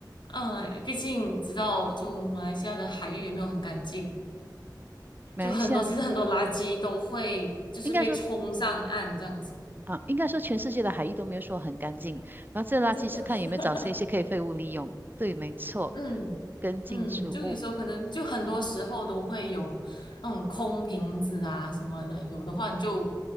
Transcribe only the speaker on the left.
嗯，毕竟知道就马来西亚的海域也没有很干净，
就很多，其实很多垃圾都会就是被冲上岸这样子。
真的，<laughs>
嗯嗯，
就有时候可能就很多时候都会有那种空瓶子啊什么的，有的话你就